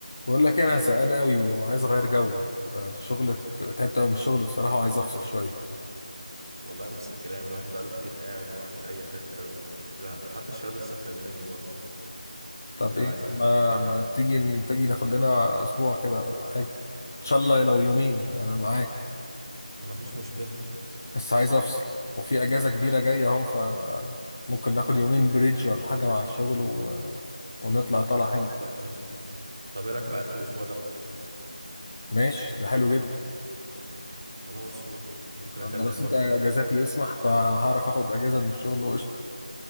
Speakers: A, on the left (about 20°); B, on the right (about 30°).
A: بقول لك إيه، انا زهقان قوي وعايز اغير جو آه، الشغل تعبت قوي من الشغل بصراحه وعايز افصل شويه
B: والله نفس الكلام الواحد بقاله كتير قاعد وما راحش اي حته وزهق حتى الشباب لسه مكلميني برضه
A: طب
B: قالوا
A: ايه
B: لي عايزين نسافر
A: ما
B: اي
A: ما
B: حته
A: تيجي تيجي ناخد لنا اسبوع كده ولا حاجه ان شاء الله لو يومين انا معاك
B: ما فيش مشكله
A: بس عايز افصل وفي اجازه كبيره جايه اهو ف ممكن ناخد يومين بريدج ولا حاجه مع الشغل و... ونطلع طلع
B: يا عم
A: حلو
B: والله جامد طب ايه رايك على اخر الاسبوع ده
A: ماشي ده حلو جدا
B: خلاص فل ممكن اكلم
A: انا رصيد
B: برضه
A: اجازاتي يسمح فهعرف اخد اجازه من الشغل وقشطه